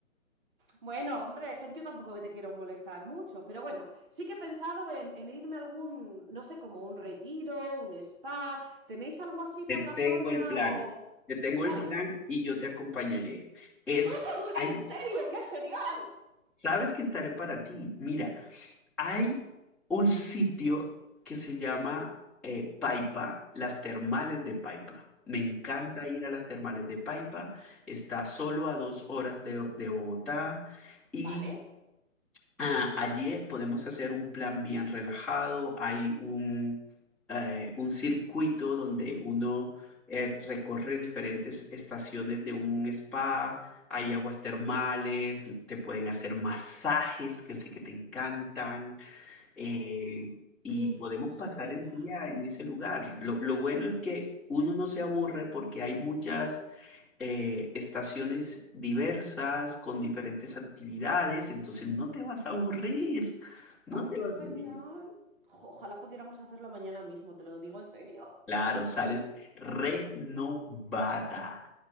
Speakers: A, on the right; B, in the centre.
A: bueno, hombre, es que yo tampoco te quiero molestar mucho, pero bueno, sí que he pensado en, en irme a algún, no sé, como un retiro, un spa. ¿Tenéis algo así
B: Te
A: por la
B: tengo
A: zona
B: el plan.
A: o...
B: Te tengo el
A: ¡Ay!
B: plan y yo te acompañaré. Es,
A: <laughs> ¡Oh!
B: hay-
A: ¿En serio? ¡Qué genial!
B: sabes que estaré para ti. Mira, hay un sitio que se llama eh, Paipa, las termales de Paipa. Me encanta
A: Os-
B: ir a las termales de Paipa. Está solo a dos horas de, de Bogotá y
A: ¿vale?
B: Ah, allí eh, podemos hacer un plan bien relajado. Hay un, eh, un circuito donde uno eh, recorre diferentes estaciones de un spa. Hay aguas termales, te pueden hacer masajes que sé que te encantan. eh,
A: Oh, ¡Qué
B: y
A: bien
B: podemos
A: suena!
B: pasar el día en ese lugar. Lo, lo bueno es que uno no se aburre porque hay muchas eh, estaciones diversas, con diferentes actividades, entonces no te vas a aburrir, no
A: ¡Ay,
B: te
A: qué
B: vas
A: genial!
B: a aburrir.
A: Jo, Ojalá pudiéramos hacerlo mañana mismo, te lo digo en serio.
B: Claro, sales renovada,